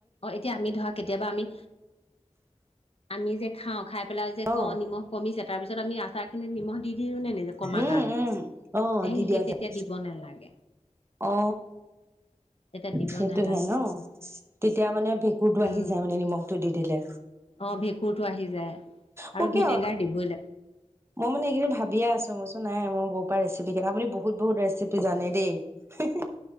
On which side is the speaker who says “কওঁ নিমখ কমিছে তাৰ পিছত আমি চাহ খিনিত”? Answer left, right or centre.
Left